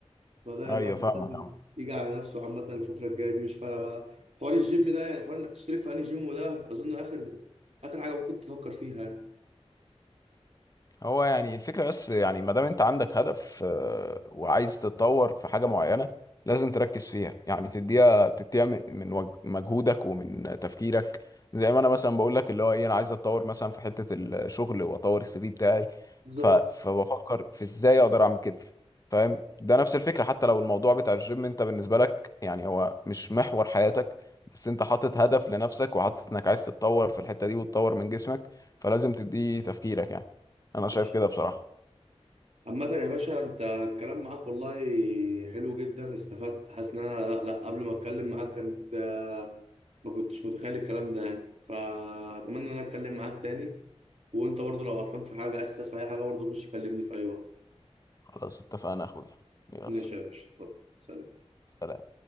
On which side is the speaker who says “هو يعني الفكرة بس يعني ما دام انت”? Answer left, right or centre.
Left